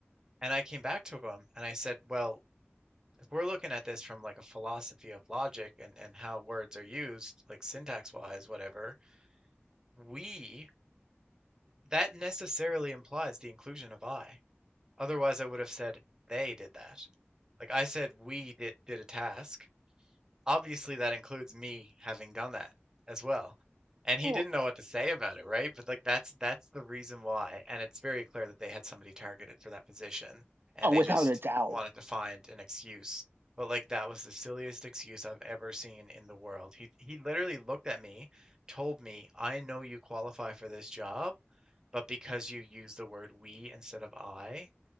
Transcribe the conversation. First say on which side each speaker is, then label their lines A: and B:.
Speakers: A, on the right; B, on the right.
A: And I came back to him and I said, well, if we're looking at this from like a philosophy of logic and, and how words are used, like syntax wise, whatever, we, that necessarily implies the inclusion of I. Otherwise, I would have said they did that. Like I said, we did, did a task. obviously that includes me having done that as well. And he
B: well
A: didn't know what to say about it, right? But like that's that's the reason why. And it's very clear that they had somebody targeted for that position and
B: oh without
A: they just
B: a doubt
A: wanted to find an excuse. But like that was the silliest excuse I've ever seen in the world. He he literally looked at me, told me, "I know you qualify for this job, but because you use the word we instead of I,